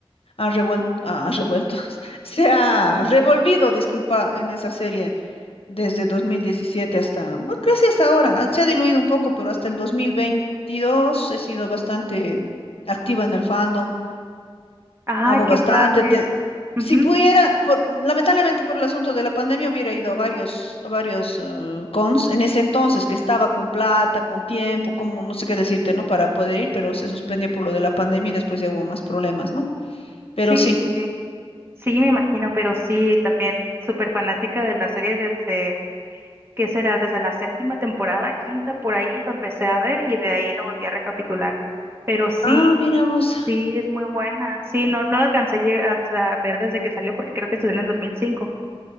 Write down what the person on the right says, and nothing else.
Ay,
qué
padre.
Ujú,
Sí,
sí, sí, me imagino, pero sí, también súper fanática de la serie desde, ¿qué será? Desde la séptima temporada, quinta, por ahí lo empecé a ver y de ahí lo volví a recapitular. Pero sí.
Sí, es muy buena. Sí, no, no la alcancé a lle- hasta ver desde que salió porque creo que salió en el 2005.